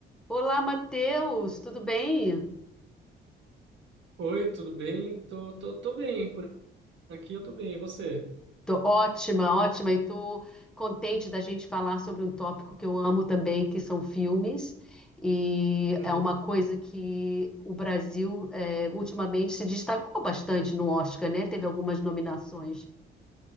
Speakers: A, in the centre; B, on the right.
A: Olá, Matheus, tudo bem?
B: Oi, tudo bem? Tô, tô, tô bem, por aqui eu tô bem, e você?
A: Tô ótima, ótima, e tô contente da gente falar sobre um tópico que eu amo também, que são filmes, e
B: Uhum,
A: é uma coisa que o Brasil eh, ultimamente se destacou bastante no Oscar, né? Teve algumas nominações.